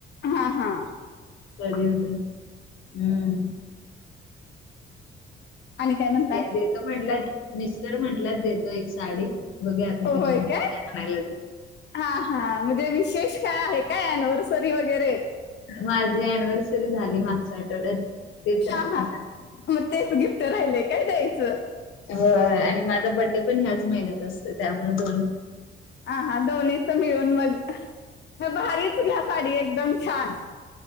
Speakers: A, on the left; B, on the left.
A: हा हां.
B: कधी होतंय हम्म हम्म.
A: आणि काय म्हणताय
B: देतो म्हटलात मिस्टर म्हटलत देतो एक साडी. बघुया आता
A: होय
B: कधी होते
A: काय
B: य आणायला जा
A: हा हा म्हणजे विशेष काय आहे काय ॲनवरसरी वगैरे?
B: माझी ॲनिव्हर्सरी झाली मागच्या आठवड्यात. तेच राहिल्यासाठी
A: हा हा म तेच गिफ्ट राहिलंय काय द्यायचं?
B: होय आणि माझा बड्डे पण ह्याच महिन्यात असतोय त्यामुळे दोन
A: हां हां दोन्हीच मिळून मग मग बारीच घ्या साडी एकदम छान